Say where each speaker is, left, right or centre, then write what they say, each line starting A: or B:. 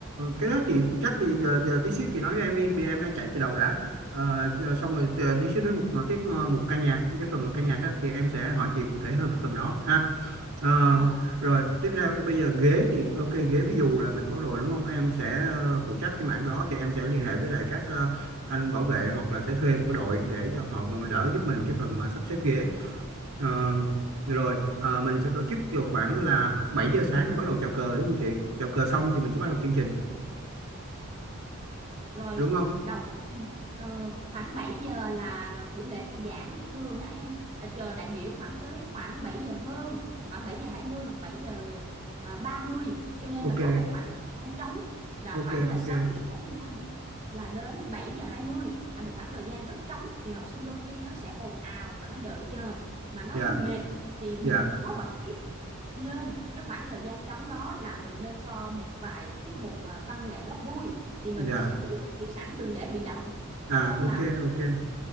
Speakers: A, on the right; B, on the right.
A: cái đó chị phụ trách thì giờ, giờ tí xíu chị nói với em đi vì em đang chạy từ đầu đã Ờ, chờ- xong rồi chờ tí xíu đến một tiếp một ca nhạc cái phần một ca nhạc á, thì em sẽ hỏi chị cụ thể hơn cái phần đó ha Ờ,
B: Ờ.
A: rồi tiếp theo bây giờ ghế thì ok ghế ví dụ là mình có rồi đúng không em sẽ ờ, phụ trách cái mảng đó thì em sẽ liên hệ với lại các ờ, anh bảo vệ hoặc là sẽ thuê một cái đội để cho họ ờ, đỡ giúp mình cái phần mà sắp xếp ghế Ờ, rồi ờ, mình sẽ tổ chức vào khoảng là 7 giờ sáng để bắt đầu chào cờ đúng không chị chào cờ xong thì mình sẽ bắt đầu chương trình
B: rồi
A: đúng không
B: đầu ờ, khoảng 7 giờ là buổi lễ khai giảng thường á em là chờ đại biểu khoảng tới khoảng 7 giờ hơn khoảng 7 giờ 20 hoặc 7 giờ à, ba mươi cho nên
A: ok
B: là có một khoảng thời gian trống là
A: ok
B: khoảng là sáu
A: ok
B: giờ bốn mươi lăm là đến bảy giờ hai mươi là một khoảng thời gian rất trống thì học sinh đôi khi nó sẽ ồn ào và nó đợi chờ mà nó
A: dạ
B: mệt thì mình
A: dạ
B: khó quản lý nên cái khoảng thời gian trống đó là mình nên cho một vài tiết mục à, văn nghệ góp vui thì mình
A: dạ
B: sẽ cúng chuẩn bị sẵn đừng để bị động
A: à
B: cho nên
A: ok
B: là
A: ok